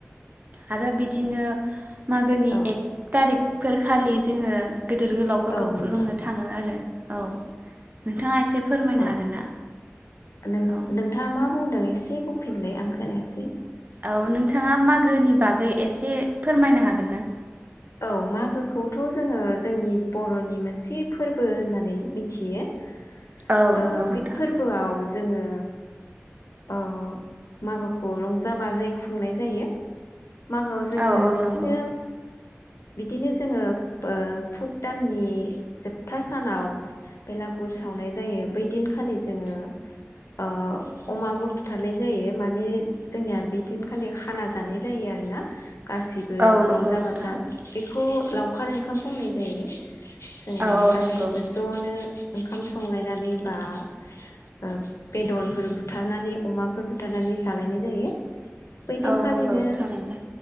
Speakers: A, on the right (about 35°); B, on the left (about 80°).
A: आरो बिदिनो मागोनि
B: औ
A: एक थारिक फोर खालि जोङो गोदोर गोलावफोरखौ
B: औ नोंथां
A: खुलुमनो थाङो आरो औ नोंथाङा एसे फोरमायनो
B: औ
A: हागोन ना
B: नों
A: औ
B: नोंथाङा मा बुंदों एस ए बुंफिनलाय आं खोनायासै
A: औ नोंथाङा मागोनि बागै एसे फोरमायनो हागोन ना?
B: औ मागोखौथ' जोङो जोंनि बर'नि मोनसे फोरबो होननानै मिथियो ओ
A: औ नंगौ नोंथां
B: बे फोरबोआव जोङो ओ मागोखौ रंजा बाजायै खुंनाय जायो मागोआव जोङो
A: औ औ
B: बिदिनो
A: नंगौ।
B: बिदिनो जोङो बो फुग दाननि जोबथा सानाव बेलागुर सावनाय जायो बैदिनखालि जोङो ओ अमाबो बुथारनाय जायो माने जोंनिया बिदिनखालि खाना जानाय जायो आरोना गासिबो
A: औ नंगौ
B: रंजा
A: नोंथां।
B: बाजा बेखौ लावखार ओंखाम बुंनाय जायो जोङो
A: औ औ
B: गासिबो
A: नंगौ।
B: ज'नो ओंखाम संलायनानै बा ओ बेदरफोर बुथारनानै अमाफोर बुथारनानै जालायनाय जायो बैदिनखालिनो
A: औ नंगौ थारैनो